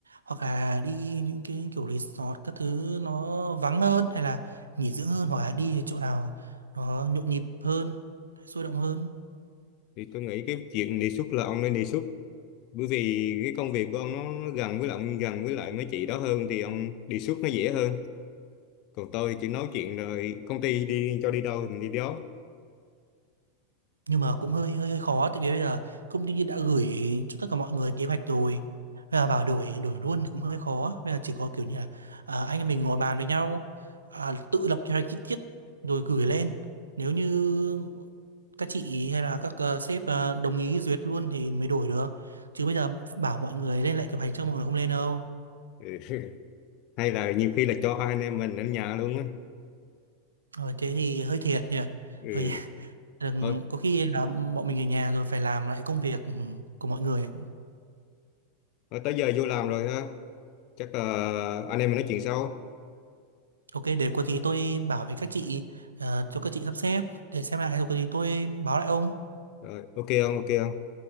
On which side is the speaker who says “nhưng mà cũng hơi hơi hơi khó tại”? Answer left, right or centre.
Right